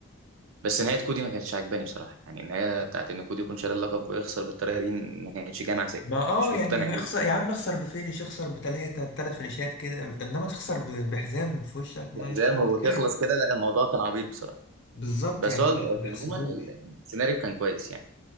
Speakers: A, on the right; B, on the left.
A: بس نهاية كودي ما كانتش عاجباني بصراحة يعني النهاية بتاعت إن كودي يكون شاري اللقب ويخسر بالطريقة دي ما كانتش جاية مع سكة
B: ما اه
A: مش مقتنع
B: يعني
A: بيها
B: اخسر
A: بصراحة.
B: يا عم اخسر بفينش اخسر بتلاتة بتلات فينيشات كده انما تخسر ب- بحزام في وشك
A: بحزام
B: مش منطقية
A: وتخلص كده لا الموضوع كان عبيط بصراحة
B: بالظبط
A: بس
B: يعني
A: هو
B: ما
A: ال-
B: ما حسيتهوش
A: عموما ال- السيناريو كان كويس يعني